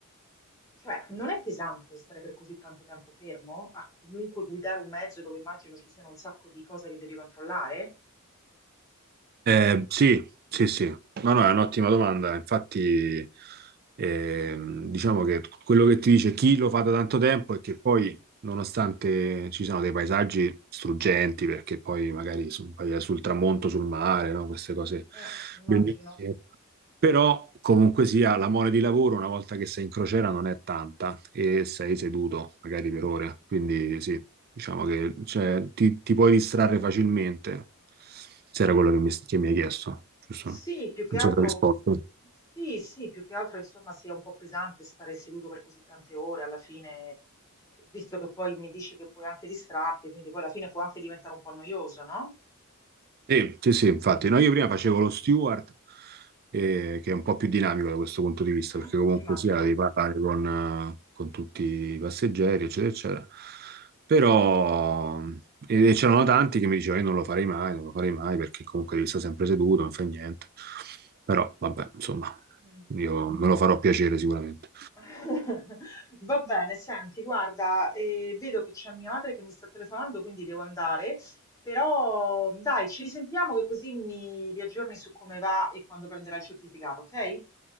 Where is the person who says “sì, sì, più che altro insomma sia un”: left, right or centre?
Left